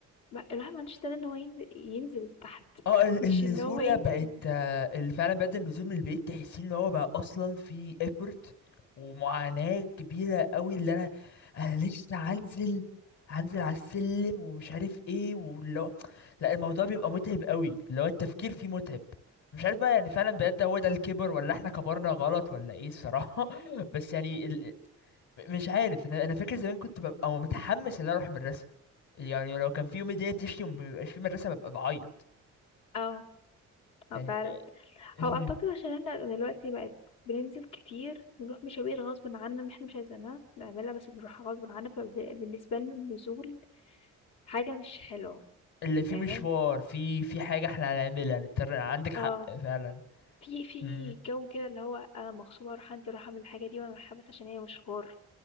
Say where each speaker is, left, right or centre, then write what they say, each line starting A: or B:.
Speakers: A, on the left; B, on the left.
A: ما الواحد ما عندوش استعداد إن هو ينزل ينزل تحت،
B: اه ال-
A: مش
B: النزولة
A: إن هو ينزل
B: بقت آه، اللي فعلا بدأ النزول من البيت تحسين ان هو بقى اصلا في effort ومعاناة كبيرة قوي اللي انا انا لسه هنزل هنزل على السلم ومش عارف ايه ولو لا الموضوع بيبقى متعب قوي اللي هو التفكير فيه متعب مش عارف بقى يعني فعلا بجد هو ده الكبر ولا احنا كبرنا غلط ولا ايه الصراحة <laughs> بس يعني ال... مش عارف انا انا فاكر زمان كنت ببقى متحمس ان انا اروح المدرسة يعني لو كان في يوم الدنيا بتشتي ومبيبقاش في مدرسة ببقى بعيط
A: آه، آه
B: يعني
A: فعلًا،
B: مهم.
A: هو أعتقد عشان إحنا دلوقتي بقت بننزل كتير، بنروح مشاوير غصبٍ عنّا إحنا مش عايزينها نعملها بس بنروحها غصبٍ عنّا، فب بالنسبة لنا النزول حاجة مش حلوة،
B: اللي فيه
A: فاهم؟
B: مشوار في في حاجة احنا هنعملها نضطر عندك حق
A: آه،
B: فعلا
A: في في
B: مم.
A: جو كده اللي هو أنا مغصوبة أروح أنزل أروح أعمل الحاجة دي وأنا رايحة بس عشان هي مشوار.